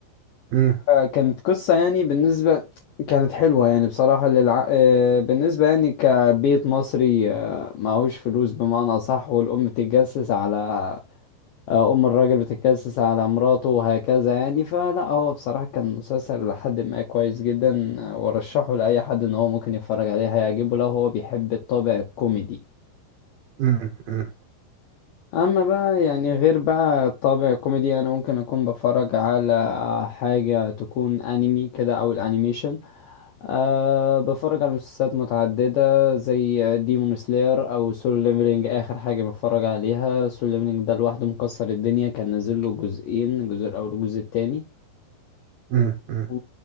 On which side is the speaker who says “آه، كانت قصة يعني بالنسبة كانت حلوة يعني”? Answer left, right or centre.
Left